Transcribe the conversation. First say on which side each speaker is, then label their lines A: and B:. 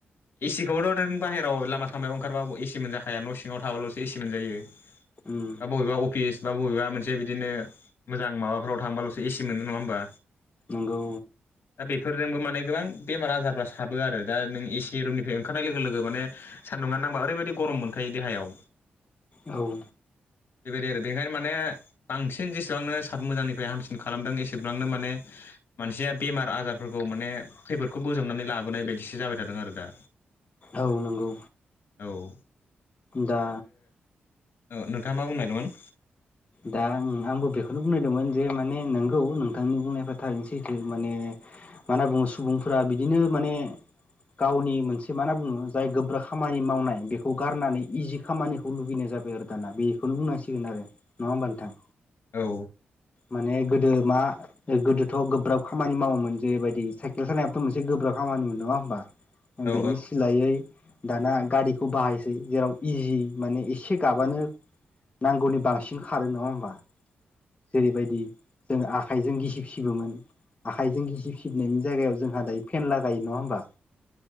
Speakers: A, on the left (about 65°); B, on the left (about 30°).
A: एसिखौथ' बाहेराव लामा सामायाव ओंखारबाबो एसि मोनजाखाया न' सिङाव थाबाल'सो एसि मोनजायो
B: उम
A: बा बबेबा अफिस बा बबेबा मोन से बिदिनो मोजां माबाफोराव थांबाल'सो एसि मोनो नङा होनबा?
B: नंगौ
A: दा बेफोरजोंबो माने गोबां बेमार आजार फ्रा साबो आरो दा नों एसे रुमनिफ्राय ओंखारनाय लोगो लोगो माने सान्दुंङा नांबा ओरैबायदि गरम मोनखायो देहायाव
B: औ
A: बेबायदि आरो बेखायनो माने बांसिन जेसेबांनो साब मोजांनिफ्राय हामसिन खालामदों एसेबांनो माने मानसिया बेमार आजारफोरखौ माने खैफोदखौ बोजबनानै लाबोनाय बायदिसो जाबाय थादों आरो दा
B: औ नंगौ
A: औ
B: दा
A: औ नोंथाङा मा बुंनो नागिरदोंमोन?
B: दा आंबो बेखौनो बुंनोदोंमोन जे माने नोंगौ नोंथांनि बुंनायफ्रा थारैनोसैथो माने मा होनना बुङो सुबुंफोरा बिदिनो माने गावनि मोनसे मा होनना बुङो जाय गोब्रा खामानि मावनाय बेखौ गारनानै इजि खामानिखौ लुबैनो जाबाय आरो दाना बेखौनो बुंनांसिगोन आरो नङा होमबा नोंथां?
A: औ
B: माने गोदो मा गोदोथ' गोब्राब खामानि मावोमोन जेबायदि साइकेल सालायनायाबोथ' मोनसे गोब्राब खा खामानिमोन नङा होमबा
A: औ
B: बेनि सिलायै दाना गारिखौ बाहायसै जेराव इजि माने एसे गाबानो नांगौनि बांसि ओंखारो नङा होमबा जेरैबायदि जों आखाइजों गिसिब सिबोमोन आखाइजों गिसिब सिबनायनि जायगायाव जोंहा दायो फेन लागायो नङा होमबा?